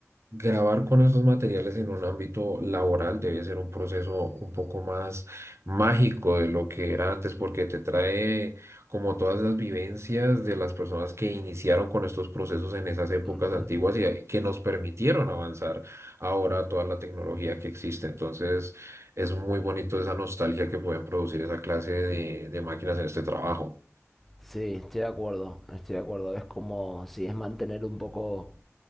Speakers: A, on the right (about 60°); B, in the centre.
A: Grabar con estos materiales en un ámbito laboral debe ser un proceso un poco más mágico de lo que era antes, porque te trae como todas las vivencias de las personas que iniciaron con estos procesos en esas épocas
B: Mm.
A: antiguas y eh, que nos permitieron avanzar ahora toda la tecnología que existe. Entonces, es muy bonito esa nostalgia que pueden producir esa clase de, de máquinas en este trabajo.
B: Sí, estoy de acuerdo, estoy de acuerdo. Es como, si es mantener un poco